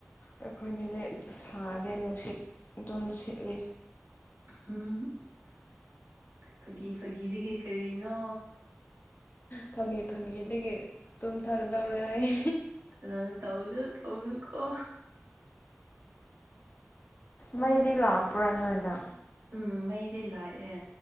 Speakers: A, on the left; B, on the right.
A: ꯑꯩꯈꯣꯏꯒꯤꯗꯤ ꯁꯥꯗꯦ ꯅꯨꯡꯁꯤꯠ ꯑꯗꯨꯝ ꯁꯤꯠꯂꯤ
B: ꯎꯝ ꯐꯥꯒꯤ ꯐꯥꯒꯤꯗꯒꯤ ꯀꯔꯤꯅꯣ
A: ꯐꯪꯒꯤ ꯐꯪꯒꯤꯗꯒꯤ ꯇꯨꯝꯊꯥꯒꯗꯧꯔꯦ ꯑꯩ
B: ꯑ ꯇꯧꯅꯣ ꯇꯧꯅꯨꯀꯣ
A: ꯃꯩꯗꯤ ꯂꯥꯛꯄ꯭ꯔꯥ ꯅꯣꯏꯗ
B: ꯎꯝ ꯃꯩꯗꯤ ꯂꯥꯛꯑꯦ